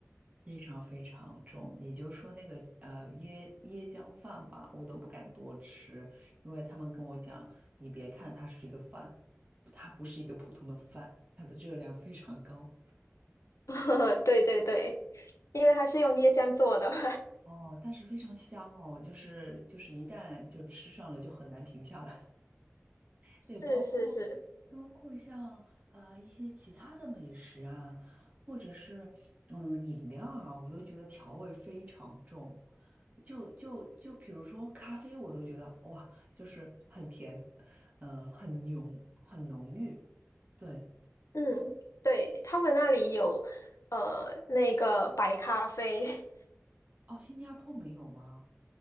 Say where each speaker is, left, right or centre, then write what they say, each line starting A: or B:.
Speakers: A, on the right; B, on the left.
A: 非常非常重，你就说那个呃椰椰浆饭吧，我都不敢多吃，因为他们跟我讲，你别看它是一个饭，它不是一个普通的饭，它的热量非常高
B: <laughs> 对对对，因为它是用椰浆做的嘛。
A: 哦，但是非常香哦，就是就是一旦就吃上了就很难停下来。
B: <laughs> 是是是，
A: 对，包括包括像呃一些其他的美食啊，或者是嗯饮料啊，我都觉得调味非常重。就就就比如说咖啡，我都觉得哇，就是很甜，嗯、很浓，很浓郁。对，
B: 嗯，对，他们那里有，呃，那个白咖啡，<laughs>
A: 哦，新加坡没有吗？